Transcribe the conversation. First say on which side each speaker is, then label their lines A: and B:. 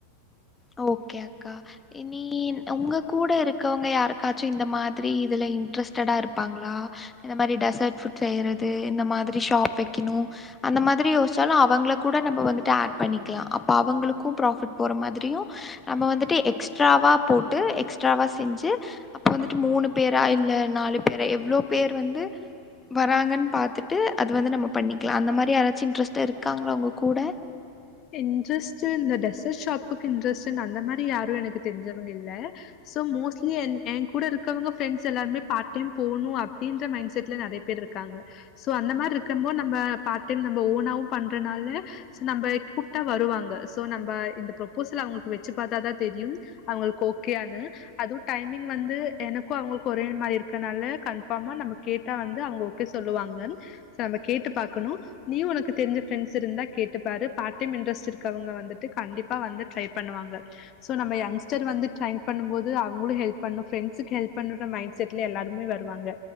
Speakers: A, on the left (about 15°); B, on the left (about 40°).
A: அ ஓகே அக்கா இனின் உங்க கூட இருக்கவங்க யாருக்காச்சு இந்த மாத்ரி இதுல இன்ட்ரெஸ்ட்டடா இருப்பாங்ளா இந்ந மாரி டெசட் ஃபுட் செய்யறது இந்த மாதிரி ஷாப் வெக்கிணு அந்த மாதிரி யோசிச்சாலு அவங்கள கூட நம்ப வந்துட்டு ஆட் பண்ணிக்லா அப்பா அவங்களுக்கு ப்ராஃபிட் போற மாதிரியு நம்ம வந்துட்டு எக்ஸ்ட்ராவா போட்டு எக்ஸ்ட்ராவா செஞ்சு அப்போ வந்துட்டு மூணு பேரா இல்லே நாலு பேரா எவ்ளோ பேர் வந்து வராங்கன் பாத்துட்டு அது வந்து நம்ம பண்ணிக்லா அந்த மாரி யாராச்சு இன்ட்ரெஸ்ட்டா இருக்காங்ளா உங்க கூட
B: இன்ட்ரெஸ்ட்டு இந்த டெச ஷாப்புக்கு இன்ட்ரெஸ்ஸுன் அந்த மாரி யாரு எனக்கு தெர்ஞ்சவங் இல்லே சோ மோஸ்ட்லி என் ஏ கூட இருக்கவங்க ஃப்ரெண்ஸ் எல்லாருமே பார் டைம் போனு அப்டின்ற மைண் செட்ல நறேப் பெர் இருக்காங்க சோ அந்த மாரி இருக்கம்போ நம்ப பார் டைம் நம்ப ஓனாவு பண்றனால சோ நம்பேக் கூப்ட்டா வருவாங்க ஸோ நம்ப இந்த ப்ரோப்போசல் அவ்ங்ளுக்கு வெச்சு பாத்தாதா தெரியும் அவங்கள்க் ஓகே யானு அதூ டைமிங் வந்து எனக்கு அவ்ங்ளுக்கு ஒரே மாரி இருக்கனால கன்ஃபாமா நம்ப கேப் டா வந்து அவங்க ஓகே சொல்லுவாங்கம் சோ நம்ம கேட்டு பாக்கணு நீயு உனக்கு தெரிஞ்ச ஃப்ரெண்ஸ் இருந்தா கேட்டுப்பாரு பாக் பார்டைம் இன்ட்ரெஸ்ட் இருக்கவங்க வந்துட்டு கண்டிப்பா வந்து ட்ரை பண்ணுவாங்க சோ நம்ம யங்க்ஸ்டர் வந்து ட்ரை பண்ணு போது அவங்களு ஹெல்ப் பண்ணு ஃப்ரெண்ஸ்ஸுக்கு ஹெல்ப் பண்ணுன்ற மைண்ட் செட்ல எல்லாருமே வருவாங்க